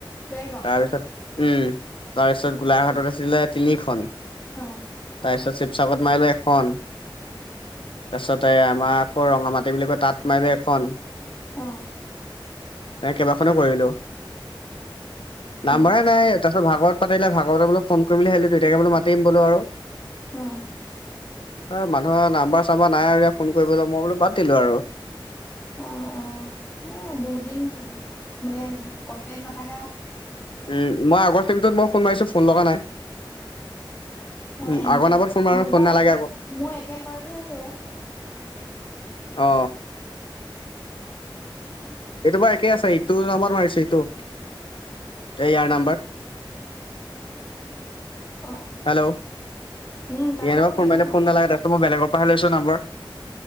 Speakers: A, on the left; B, on the left.
A: দেৰগাঁৱত?
B: তাৰপিছত- উমঁ তাৰপিছত গোলাঘাটত আছিলে তিনিখন।
A: অঁ!
B: তাৰপিছত শিৱসাগৰত মাৰিলোঁ এখন। তাৰপাছতে আমাৰ আকৌ ৰঙা মাটি বুলি কয় তাঁত মাৰিলো এখন।
A: অঁ!
B: এ কেইবাখনো কৰিলো। নাম্বাৰে
A: অ', অ', অ'।
B: নাই এ তাত- ভাগৱত পাতিলে ভাগৱতত বোলো ফোন কৰিম বুলি ভাবিলো দুইটাকে বোলো মাতিম বোলো আৰু।
A: অঁ-
B: অঁ মানুহৰ নাম্বাৰ চাম্বাৰ নাই আৰুয়া ফোন কৰিবলৈ মই বোলো বাদ দিলো আৰু।
A: অঁ অঁ এ বহুত দিন মানে কন্টেক্ট নাথাকা।
B: উমঁ মই আগৰ চিমটোত মই ফোন মাৰিছোঁ ফোন লাগা নাই। উম,
A: অঁ অঁ
B: আগৰ নাম্বাৰত ফোন মাৰো
A: মোৰ
B: ফোন
A: বাৰু
B: নালাগে
A: একে
B: আকৌ
A: মই একে বাৰতে আছো।
B: অ
A: <inaudible>
B: এইটো বাৰু একেই আছে ইটো নাম্বাৰত মাৰিছো ইটো এই ইয়াৰ নাম্বাৰ।
A: অ
B: হেল্ল'
A: উম,
B: ইয়াৰ
A: তাৰ ভাগৰ
B: নম্বৰত ফোন
A: বেলেগ
B: মাৰিলে
A: হ'ল।
B: ফোন নালাগে তাৰপিছত মই বেলেগৰ পৰাহে লৈছো নাম্বাৰ।